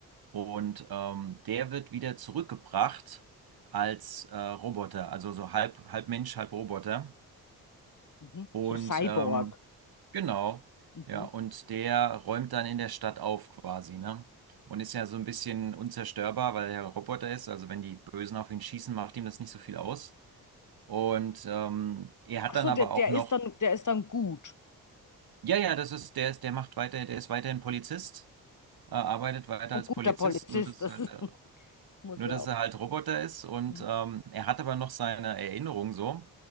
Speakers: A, on the right; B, on the left.
A: Und ähm, der wird wieder zurückgebracht als äh, Roboter, also so halb, halb Mensch, halb Roboter.
B: Mhm.
A: Und
B: So Cyborg.
A: ähm, Genau,
B: Mhm.
A: ja, und der räumt dann in der Stadt auf quasi, ne? Und ist ja so ein bisschen unzerstörbar, weil er ein Roboter ist. Also wenn die Bösen auf ihn schießen, macht ihm das nicht so viel aus. Und ähm, er hat
B: Ach
A: dann
B: so,
A: aber
B: der, der
A: auch noch,
B: ist dann, der ist dann gut.
A: ja, ja, das ist, der ist, der macht weiter, der ist weiterhin Polizist, äh, arbeitet weiter
B: Und
A: als
B: guter
A: Polizist,
B: Polizist,
A: nur dass
B: das
A: halt,
B: ist,
A: äh,
B: <laughs> muss
A: nur
B: ja
A: dass
B: auch.
A: er halt Roboter ist und
B: Mhm.
A: ähm, er hat aber noch seine Erinnerung so.